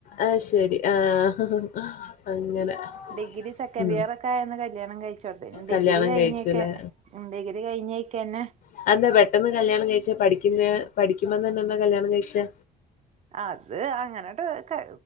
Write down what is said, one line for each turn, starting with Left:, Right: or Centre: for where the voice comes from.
Left: ഐ ശരി അഹ് അങ്ങനെ
Right: ഡിഗ്രി സെക്കൻഡ്യർ
Left: ഉം
Right: ഒക്കെ ആയന്ന് കല്യാണം കഴിച്ചോന്നെ ഡിഗ്രി
Left: കല്യാണം
Right: കഴിഞ്ഞക്കെ
Left: കഴിച്ചല്ലേ
Right: ഡിഗ്രി കഴിഞ്ഞെക്കന്നെ
Left: അഹ് എന്താ പെട്ടെന്ന് കല്യാണം കഴിച്ച പഠിക്കുന്ന പഠിക്കുമ്പോന്ന് തന്നെ എന്താ കല്യാണം കഴിചെ
Right: അത് അങ്ങനെട്ട് ക്കെ